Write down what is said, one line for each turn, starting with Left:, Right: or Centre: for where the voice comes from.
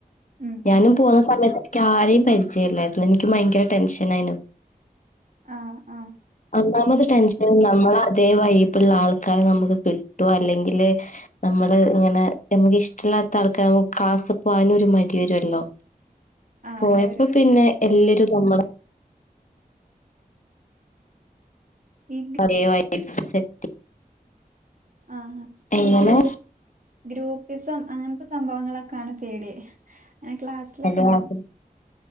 Right: ഉം
Left: ഞാനും
Right: ഉം
Left: പോകുന്ന സമയത്ത് എനി ആരേും പരിചയമല്ലായിരുന്നു എനിക്ക് ഭയങ്കര ടെൻഷൻയിന്
Right: ആ ആ
Left: ഒന്നാമത് ടെൻഷൻ നമ്മള അതേ വൈബിൾള്ള ആൾക്കാരെ നമുക്ക് കിട്ടും അല്ലെങ്കില് നമ്മള് ഇങ്ങനെ നമക്ക് ഇഷ്ട അല്ലാത്ത ആൾക്കാര നമക്ക് ക്ലാസ് പോകാനും ഒരു മടി വരുമല്ലോ
Right: ആഹ്
Left: പോഓ
Right: അത് വരും
Left: എപ്പൊ പിന്നെ എല്ലരുും നമ്മള
Right: ഈ
Left: വ <unintelligible>
Right: ആ
Left: എങ്ങനെ
Right: ഈ ഗൂ് ഗ്രൂപ്പിസം അങ്ങനത്തെ സംഭവങ്ങളൊക്കാണ് പേടി അങ്ങനെ ക്ലാസ്സിലൊക്കെ
Left: അതെ
Right: നമ്മ
Left: അതെ